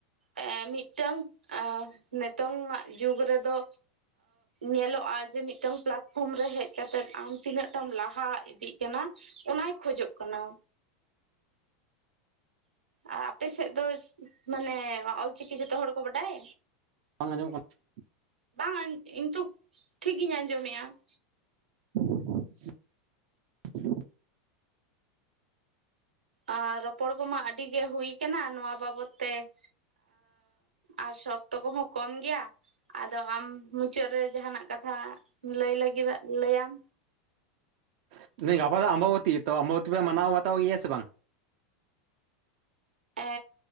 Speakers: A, on the right; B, on the right.
A: ᱮ ᱢᱤᱫᱴᱟᱝ ᱱᱤᱛᱚᱝ ᱟᱜ ᱡᱩᱜᱽ ᱨᱮᱫᱚ ᱧᱮᱞᱚᱜᱼᱟ ᱡᱮ ᱢᱤᱫᱴᱟᱝ ᱯᱞᱟᱴᱯᱷᱨᱚᱢ ᱨᱮ ᱦᱮᱡ ᱠᱟᱛᱮᱜ ᱟᱢ ᱛᱤᱱᱟᱹᱜᱴᱟᱢ ᱞᱟᱦᱟ ᱤᱫᱤᱜ ᱠᱟᱱᱟ ᱾ ᱚᱱᱟᱭ ᱠᱷᱚᱡᱚᱜ ᱠᱟᱱᱟ ᱾
B: <inaudible>
A: ᱟᱨ ᱟᱯᱮ ᱥᱮᱫ ᱫᱚ ᱢᱟᱱᱮ ᱚᱞᱪᱤᱠᱤ ᱡᱚᱛᱚ ᱦᱚᱲ ᱠᱚ ᱵᱟᱰᱟᱭ?
B: ᱵᱟᱝ ᱟᱸᱡᱚᱢᱚᱜ ᱠᱟᱱᱟ ᱾
A: ᱵᱟᱝ ᱤᱧ ᱛᱚ ᱴᱷᱤᱠ ᱜᱤᱧ ᱟᱸᱡᱚᱢᱮᱫᱼᱟ ᱾
B: <unintelligible>
A: ᱟᱨ ᱨᱚᱯᱚᱲ ᱠᱚᱢᱟ ᱟᱹᱰᱤ ᱜᱮ ᱦᱩᱭ ᱟᱠᱟᱱᱟ ᱱᱚᱣᱟ ᱵᱟᱵᱚᱛ ᱛᱮ ᱾ ᱟᱨ ᱥᱚᱠᱛᱚ ᱠᱚᱦᱚᱸ ᱠᱚᱢ ᱜᱮᱭᱟ ᱾ ᱟᱫᱚ ᱟᱢ ᱢᱩᱪᱟᱹᱫ ᱨᱮ ᱡᱟᱦᱟᱸ ᱱᱟᱜ ᱠᱟᱛᱷᱟ ᱞᱟᱹᱭ ᱞᱟᱹᱜᱤᱫ ᱞᱟᱹᱭᱟᱢ?
B: <unintelligible> ᱜᱟᱯᱟ ᱫᱚ ᱟᱢᱵᱟᱵᱚᱛᱤ ᱛᱚ ᱟᱢᱵᱟᱵᱚᱛᱤ ᱯᱮ ᱢᱟᱱᱟᱣ ᱵᱟᱛᱟᱣ ᱜᱮᱭᱟ ᱥᱮ ᱵᱟᱝ?
A: ᱮ